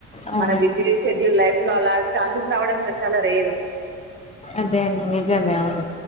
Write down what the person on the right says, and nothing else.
మన బిజీ షెడ్యూల్ లైఫ్ లో అలా ఛాన్సెస్ రావడం చాలా రేరు